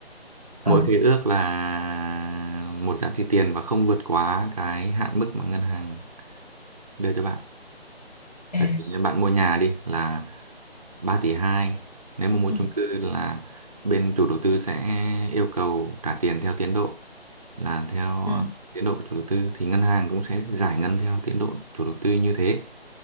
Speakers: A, on the right (about 35°); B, on the left (about 40°).
A: mỗi
B: ờ
A: khế ước là một giá trị tiền và không vượt quá cái hạn mức mà ngân hàng đưa cho bạn
B: à
A: Giả sử như bạn mua nhà đi là 3 tỷ 2, nếu mà mua
B: ừ.
A: chung cư là bên chủ đầu tư sẽ yêu cầu trả tiền theo tiến độ là theo
B: Ừ.
A: tiến độ của chủ đầu tư thì ngân hàng cũng sẽ giải ngân theo tiến độ chủ đầu tư như thế